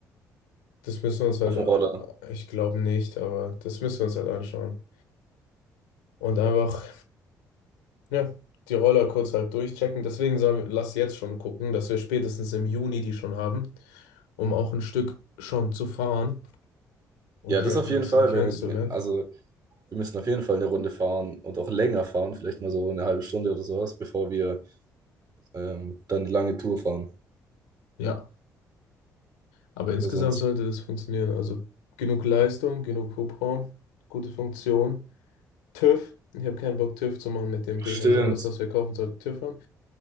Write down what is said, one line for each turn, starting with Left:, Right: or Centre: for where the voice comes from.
Left: das müssen wir uns halt,
Right: Auf dem
Left: äh,
Right: Roller.
Left: ich glaube nicht, aber das müssen wir uns halt anschauen. Und einfach, ja, die Roller kurz halt durchchecken. Deswegen sagen wir, lass jetzt schon gucken, dass wir spätestens im Juni die schon haben, um auch ein Stück schon zu fahren, um
Right: Ja,
Left: die
Right: das
Left: halt
Right: auf
Left: ein
Right: jeden
Left: bisschen
Right: Fall.
Left: kennenzulernen.
Right: Wenn wir, also, wir müssen auf jeden Fall eine Runde fahren und auch länger fahren. Vielleicht mal so eine halbe Stunde oder sowas, bevor wir ähm, dann die lange Tour fahren.
Left: Ja, aber insgesamt
Right: Bei sonst.
Left: sollte das funktionieren. Also, genug Leistung, genug Hubraum, gute Funktion. TÜV. Ich habe keinen Bock, TÜV zu machen mit dem Ding.
Right: Stimmt.
Left: Also, alles, was wir kaufen, sollte TÜV haben.